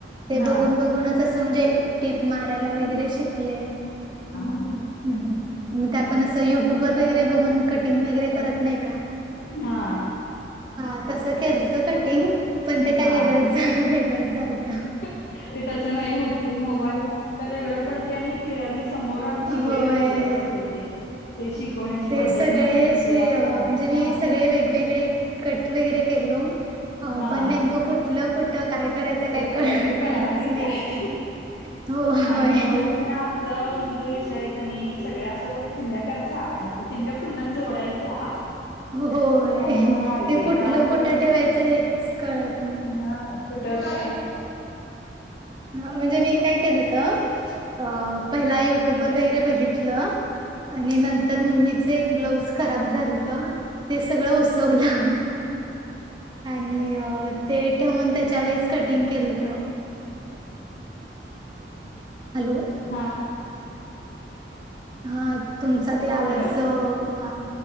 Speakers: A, on the right (about 25°); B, on the left (about 65°).
A: ते
B: हा
A: बघून बघूनच असं म्हणजे टिप मारायला वगैरे शिकले.
B: हा हा
A: मग ते आपण असं युट्यूब वर वगैरे बघून कटिंग वगैरे करत नाही का?
B: हा.
A: हा तसं केलंत कटिंग पण ते काय
B: हा
A: वेगळंच झालं वेगळच झालत.
B: ते तसं नाही होत ते मोबाईल वेगळं पडतेय आणि क्लिअरली समोर आणून
A: होय
B: शिकलेलं वेगळं पडतय ते. ते शिकवण्याची
A: ते
B: पद्धत
A: सगळे
B: म्हण
A: असे
B: किंवा
A: अ
B: काय.
A: म्हणजे मी
B: हां
A: सगळे वेगवेगळे कट वगैर केलो
B: हां.
A: पण नेमक कुठे? कठलं कुठ काय करायचं
B: कुठं
A: काय
B: जोडायचं
A: करायचं
B: कळालं
A: कळलंच नाही
B: काय.
A: ते हो होय
B: आणि ब्लाऊज हे आसय म्हणजे विष आहे कणी सगळ्या असं चिंद्या करच्या आणि चिंद्या पुन्हा जोडायच्या
A: होय
B: ते असं
A: ते
B: हाय
A: कुठलं
B: त्यामुळे
A: कुठं
B: ते
A: ठेवायचं हेच कळत नाही.
B: हां कुठं काय?
A: हा म्हणजे मी काय केलंत. अ पहिला युट्यूब वर वगैरे बघितलं. आणि नंतर मम्मीचं एक ब्लाऊज खराब झालत. ते सगळं उसवलं आणि अं ते ठेवून त्याच्या वेळेस कटिंग केलत. हॅलो
B: हां
A: हा तुमचा ते आवाज
B: हॅलो
A: अ, हा